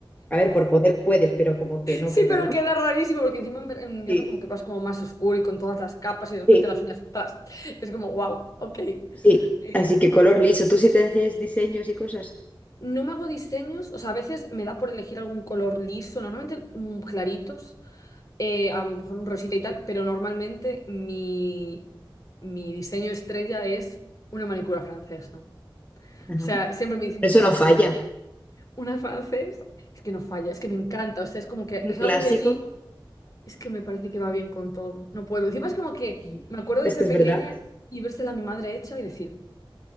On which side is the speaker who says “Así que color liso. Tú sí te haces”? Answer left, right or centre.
Left